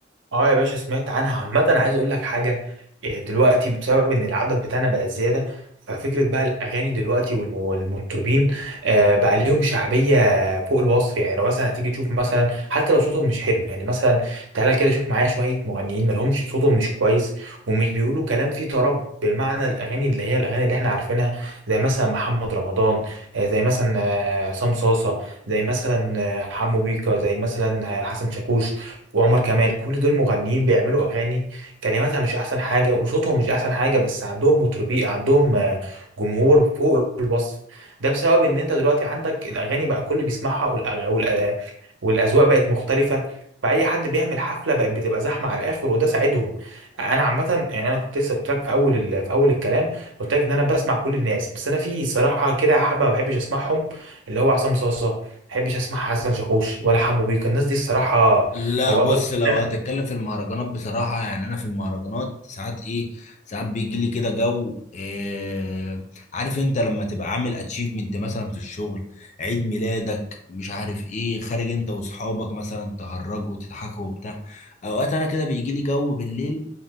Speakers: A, on the right; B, on the left.
A: اه يا باشا سمعت عنها عامة عايز اقول لك حاجة إيه، دلوقتي بسبب ان العدد بتاعنا بقى زيادة ففكرة بقى الاغاني دلوقتي والم- والمطربين آه، بقى ليهم شعبية فوق الوصف يعني لو مثلا هتيجي تشوف مثلا حتى لو صوتهم مش حلو يعني مثلا تعالى كده شوف معايا شوية مغنيين مالهمش صوتهم مش كويس ومش بيقولوا كلام فيه طرب بالمعنى الاغاني اللي هي الاغاني اللي احنا عارفينها زي مثلا محمد رمضان آه، زي مثلا آه، عصام صاصة زي مثلا آه، حمو بيكا زي مثلا آه، حسن شاكوش وعمر كمال كل دول مغنيين بيعملوا اغاني كلماتها مش احسن حاجه وصوتهم مش احسن حاجه بس عندهم مطربين عندهم آه، جمهور فوق الوصف ده بسبب ان انت دلوقتي عندك الاغاني بقى كل بيسمعها والأغ... والأ... والاذواق بقت مختلفه فاي حد بيعمل حفله بقت بتبقى زحمه على الاخر وده ساعدهم انا عامه يعني انا كنت لسه قلت لك في اول ال... في اول الكلام قلت لك ان انا بسمع كل الناس بس انا في صراحه كده حبه ما بحبش اسمعهم اللي هو عصام صاصه ما بحبش اسمع حسن شاكوش ولا حمو بيكا الناس دي الصراحه
B: لا
A: ما بقدرش
B: بص لو
A: ان انا
B: هتتكلم في المهرجانات بصراحة يعني أنا في المهرجانات ساعات إيه ساعات بيجي لي كده جو إيه عارف أنت لما تبقى عامل أتشيفمنت مثلا في الشغل عيد ميلادك مش عارف إيه خارج أنت وأصحابك مثلا تهرجوا وتضحكوا وبتاع أوقات أنا كده بيجي لي جو بالليل